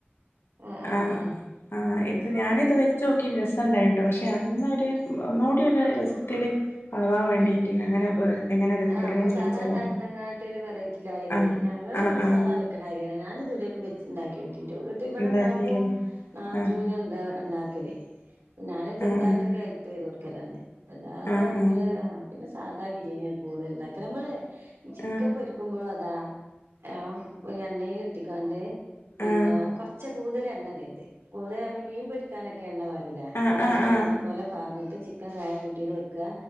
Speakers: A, on the right; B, on the left.
A: ആഹ് ആഹ്
B: ആ
A: ആഹ്
B: ആ ഇപ്പ ഞാനിത് വെച്ചോ ക്കീണ് രസണ്ടായി പക്ഷെ അത് ന്നെര് ഒന്നൂടി ര് രസത്തില് ആവാൻ വേണ്ടിട്ട്
A: ഉം
B: അങ്ങനെ എങ്ങനെ വെക്കല്ന്ന്
A: ആ നമ്മ
B: ചോദിച്ചതാ
A: സാധാ ഉണ്ടാക്കണെക്കാട്ടി ഒരു വെറൈറ്റിയിലായിതേ
B: ആഹ്
A: ഞ ഞാ
B: ആഹ്
A: നമ്മ
B: ആഹ്
A: സാധാ വെക്കണ അരിതന്നെയാ ഞാനിതുവരേയ്കും വെച് ഇണ്ടാക്കിയോ ക്കി ന്റെ വീട്ട് ഇവിടെ
B: ഉണ്ടാക്കില്ലേ
A: ഇണ്ടാക്കും നാത്തുന്
B: ആഹ്
A: ഇണ്ട ഇണ്ടാക്കല് ഞാന് ചെറുതായിട്ടൊക്കെ
B: ആഹ്
A: ഹെല്പ് ചെയ്ത് കൊടുക്കലാണ് അല്ലാതേ
B: ആഹ്
A: ഞങ്ങള് പിന്നെ സാദാ ബിരിയാണിയാ കൂടുതലൊണ്ടാക്കല്, നമ്മള് ചിക്കൻ
B: ആഹ്
A: പൊരിക്കുമ്പോഴോ ആ ആ എണ്ണേല് ഇട്ടിക്കോണ്ട് പിന്നെ
B: ആഹ്
A: കൊറച്ച്‌ കൂടുതൽ എണ്ണയിടരുത് കൂടുതൽ നമ്മ മീൻ പൊരിക്കാനൊക്കെ എണ്ണ പകരൂലേ
B: ആഹ്
A: ഓയില് പകരണ
B: ആഹ് ആഹ്
A: പോലെ പകർന്നിട്ട് ചിക്കൻ കായം കൂട്ടീത് വെക്കുക,